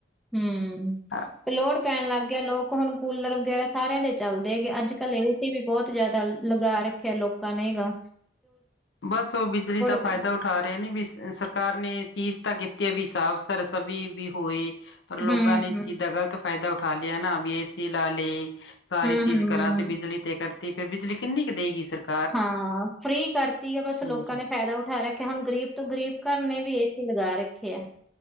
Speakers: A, in the centre; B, on the left.
A: ਹਮ
B: ਅ-
A: ਤੇ ਲੋੜ ਪੈਣ ਲੱਗ ਗਿਆ ਲੋਕ ਹੁਣ ਕੂਲਰ ਵਗੈਰਾ ਸਾਰਿਆਂ ਦੇ ਚੱਲਦੇ ਗੇ ਅੱਜ ਕੱਲ ਏ ਸੀ ਵੀ ਬਹੁਤ ਜਿਆਦਾ ਲਗਾ ਰੱਖਿਆ ਲੋਕਾਂ ਨੇ ਗਾ
B: ਬਸ ਉਹ ਬਿਜਲੀ ਦਾ
A: ਪੈ
B: ਫ਼ਾਇਦਾ ਉਠਾ ਰਹੇ ਨੇ ਵੀ ਸਰਕਾਰ ਨੇ ਚੀਜ਼ ਤਾਂ ਕੀਤੀ ਹੈ ਵੀ ਸਾਫ਼ ਸਰ ਸਭੀ ਵੀ ਹੋਏ ਪਰ
A: ਹੂੰ,
B: ਲੋਕਾਂ ਨੇ ਇਸ ਚੀਜ਼ ਦਾ ਗ਼ਲਤ ਫਾਇਦਾ ਉਠਾ ਲਿਆ ਨਾ ਵੀ ਏਸੀ ਲਾ ਲਏ ਸਾਰੀ
A: ਹੂੰ,
B: ਚੀਜ਼
A: ਹੂੰ,
B: ਘਰਾਂ ਚ ਬਿਜਲੀ ਤੇ ਕਰਤੀ ਫੇਰ ਬਿਜਲੀ ਕਿੰਨੀ ਕ ਦੇਵੇਗੀ ਸਰਕਾਰ
A: ਹਾਂ ਫ੍ਰੀ ਕਰਤੀ ਗ ਬਸ
B: ਹਾਂਜੀ
A: ਲੋਕਾਂ ਨੇ ਫਾਇਦਾ ਉਠਾਇਆ। ਹੁਣ ਗ਼ਰੀਬ ਤੋਂ ਗਰੀਬ ਘਰ ਨੇ ਵੀ ਏ ਸੀ ਲਗਾ ਰੱਖਿਐ।